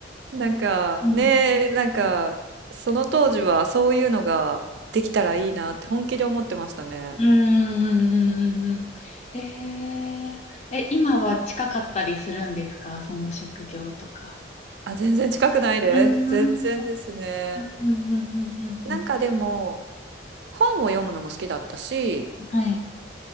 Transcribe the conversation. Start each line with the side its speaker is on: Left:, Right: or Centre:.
Right: なんかねえ、
Left: うん
Right: なんかその当時はそういうのができたらいいなって本気で思ってましたね。
Left: うんうんうんうんうんうん。えー、え、今は近かったりするんですかその職業とか。
Right: あ、全然近くないです。
Left: うん、
Right: 全然ですね。
Left: うん、うん、うん、うん、うんうん
Right: なんかでも本を読むのも好きだったし、
Left: はい。